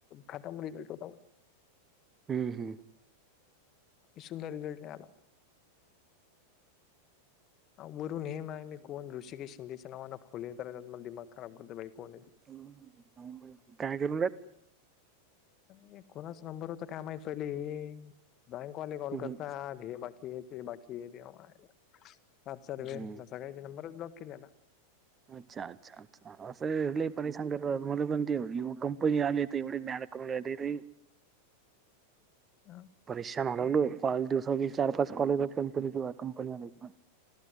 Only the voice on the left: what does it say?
खातम रिझल्ट होता
एक सुंदर रिझल्ट नाही आला वरून हेेम आहे मी कोण ऋषिकेश शिंदेच्या नावाना फोले त्या मला दिमाग खराब करतो बाई कोण य ती
अरे कोणाच नंबर होता का माही पयले हे बँकवाले कॉल
करता हे बाकी ते बाकी ते देव मायला पाक सार वेळ
सगळ्याचे नंबरच ब्लॉक केले आता
हा.